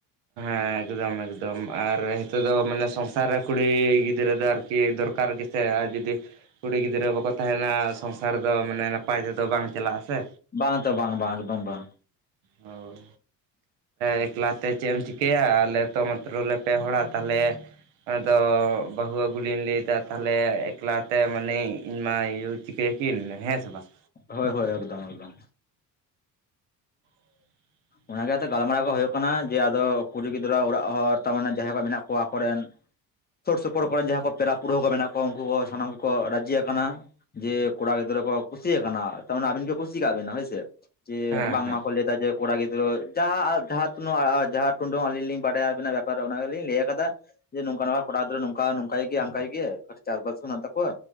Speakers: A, on the right; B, on the left.
A: ᱦᱮᱸ ᱮᱠᱫᱚᱢ ᱮᱠᱫᱚᱢ ᱟᱨ ᱦᱤᱸᱛᱚᱜ ᱫᱚ ᱢᱟᱱᱮ ᱥᱚᱝᱥᱟᱨ ᱨᱮ ᱠᱩᱲᱤ ᱜᱤᱫᱽᱨᱟᱹ ᱫᱚ ᱟᱨᱠᱤ ᱫᱚᱨᱠᱟᱨ ᱜᱮ ᱥᱮ ᱟᱨ ᱡᱩᱫᱤ ᱠᱩᱲᱤ ᱜᱤᱫᱽᱨᱟᱹ ᱵᱟᱠᱚ ᱛᱟᱸᱦᱮᱱᱟ ᱥᱚᱝᱥᱟᱨ ᱫᱚ ᱢᱟᱱᱮ ᱱᱟᱯᱟᱭ ᱛᱮᱫᱚ ᱵᱟᱝ ᱪᱟᱞᱟᱜᱼᱟ ᱥᱮ
B: ᱵᱟᱝ ᱫᱚ ᱵᱟᱝ - ᱵᱟᱝ ᱫᱚ ᱵᱟᱝ
A: ᱦᱳᱭ ᱮᱠᱞᱟ ᱛᱮ ᱪᱮᱫᱽ ᱮᱢ ᱪᱤᱠ ᱴᱷᱤᱠᱟᱹᱭᱟ ᱟᱞᱮ ᱛᱚ ᱢᱟᱛᱨ ᱞᱮ ᱯᱮ ᱦᱚᱲᱟ ᱛᱟᱦᱚᱞᱮ᱾ ᱟᱫᱚ ᱵᱟᱹᱦᱩ ᱟᱹᱜᱩᱞᱤᱧ ᱞᱟᱹᱭᱫᱟ ᱛᱟᱦᱚᱞᱮ ᱮᱠᱞᱟᱛᱮ ᱢᱟᱱᱮ ᱤᱧᱢᱟ ᱤᱭᱩᱛ ᱪᱤᱠᱟᱹᱭᱟᱠᱤᱱ ᱦᱮᱸ ᱥᱮ ᱵᱟᱝ
B: ᱦᱳᱭᱻ ᱦᱳᱭ ᱮᱠᱫᱚᱢᱻ ᱮᱠᱫᱚᱢ᱾
A: <inaudible>
B: ᱚᱱᱟᱜᱮ ᱜᱟᱞᱢᱟᱨᱟᱣ ᱠᱚ ᱦᱩᱭᱩᱜ ᱠᱟᱱᱟ ᱡᱮ ᱟᱫᱚ ᱠᱩᱲᱤ ᱜᱤᱫᱽᱨᱟᱹ ᱚᱲᱟᱜ ᱦᱚᱲ ᱛᱟᱨᱢᱟᱱᱮ ᱡᱟᱦᱟᱸᱭ ᱠᱚ ᱢᱮᱱᱟᱜ ᱠᱚᱣᱟ ᱟᱠᱚᱨᱮᱱ ᱥᱩᱨ ᱻᱥᱩᱯᱩᱨ ᱠᱚᱨᱮᱱ ᱡᱟᱦᱟᱸᱭ ᱠᱚ ᱯᱮᱲᱟ ᱯᱩᱨᱦᱟᱹ ᱠᱚ ᱢᱮᱱᱟᱜ ᱠᱚᱣᱟ ᱩᱱᱠᱩ ᱥᱟᱱᱟᱢ ᱜᱮᱠᱚ ᱨᱟᱹᱡᱤ ᱟᱠᱟᱱᱟ᱾ ᱡᱮ ᱠᱚᱲᱟ ᱜᱤᱫᱽᱨᱟᱹ ᱠᱚ ᱠᱩᱥᱤ ᱟᱭᱠᱟᱱᱟ ᱛᱟᱨᱢᱟᱱᱮ ᱟᱵᱤᱱ ᱜᱮ ᱠᱩᱥᱤ ᱠᱟᱜ ᱵᱤᱱᱟ ᱦᱳᱭᱥᱮ ᱡᱮ
A: ᱦᱮᱸ
B: ᱵᱟᱝᱢᱟ
A: ᱦᱮᱸ
B: ᱞᱟᱹᱭ ᱫᱟ ᱡᱮ ᱠᱚᱲᱟ ᱜᱤᱫᱽᱨᱟᱹ ᱡᱟᱦᱟᱸ ᱡᱟᱦᱟᱸ ᱛᱤᱱᱟᱹᱜ ᱡᱟᱦᱟᱸ ᱴᱩᱰᱩᱝ ᱟᱹᱞᱤᱧ ᱞᱤᱧ ᱵᱟᱰᱟᱭᱟ ᱟᱵᱤᱱᱟᱜ ᱵᱮᱯᱟᱨ ᱚᱱᱟ ᱜᱮᱞᱤᱧ ᱞᱟᱹᱭ ᱠᱟᱫᱟ ᱡᱮ ᱱᱚᱝᱠᱟ ᱱᱚᱝᱠᱟ ᱠᱚᱲᱟ ᱜᱤᱫᱽᱨᱟᱹ ᱱᱚᱝᱠᱟ ᱱᱚᱝᱠᱟᱭ ᱜᱮᱭᱟᱭ ᱦᱟᱱᱠᱟᱭ ᱜᱮᱭᱟᱭ ᱪᱟᱥ ᱵᱟᱥ ᱢᱮᱱᱟᱜ ᱛᱟᱠᱚᱣᱟ